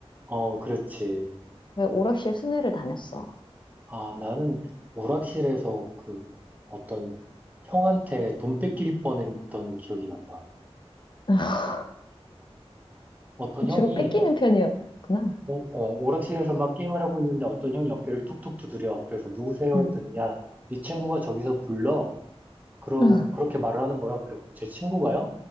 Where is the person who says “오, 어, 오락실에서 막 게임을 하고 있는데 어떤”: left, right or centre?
Right